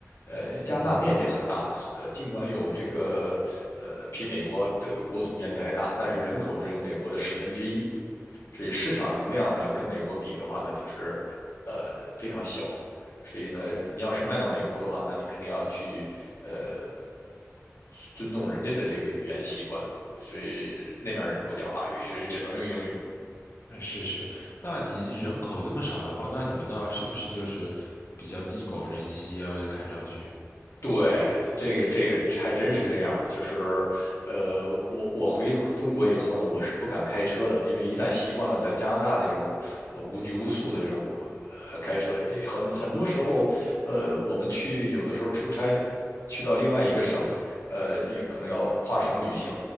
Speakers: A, on the left (about 70°); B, on the left (about 55°).
A: 呃，加拿大面积很大，
B: 嗯，
A: 呃，尽管有这个呃比美国的国土面积还大，但是人口只有美国的十分之一，所以市场容量呢跟美国比的话呢，就是呃非常小。所以呢，你要是卖到美国的话，那你肯定要去呃尊重人家的这个语言习惯，所以那边人不讲法语，所以只能用英语。
B: 呃是是。那你人口这么少的话，那你们那儿是不是就是比较地广人稀啊？看上去。
A: 对，这个这个还真是这样，就是，呃，我我回中国以后呢，我是不敢开车的，因为一旦习惯了在加拿大这种呃无拘无束的这种呃开车，很很多时候，呃，我们去有的时候出差，去到另外一个省，呃，也可能要跨省旅行，